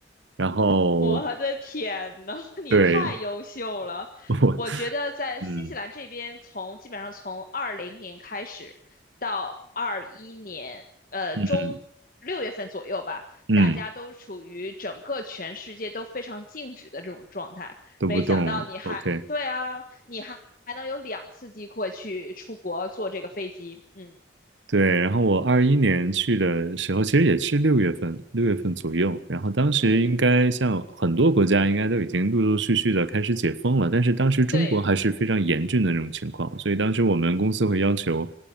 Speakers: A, on the right; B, on the left.
A: 然后
B: <laughs> 我的天呐，<laughs> 你太优秀了！
A: 对 <laughs> 我，
B: 我觉得在新西兰这边从，
A: 嗯
B: 基本上从二零年开始到二一年，呃，
A: 嗯
B: 中六月份左右吧，
A: 嗯，
B: 大家都处于整个全世界都非常静止的这种状态。
A: 都不动了，OK，
B: 没想到你还，对啊，你还还能有两次机会去出国坐这个飞机，嗯
A: 对，然后我二一年去的时候，其实也是六月份，六月份左右。然后当时应该像很多国家，
B: 嗯，
A: 应该都已经陆陆续续的开始解封了，但是当时中国还是非常严峻的那种情况，
B: 对，
A: 所以当时我们公司会要求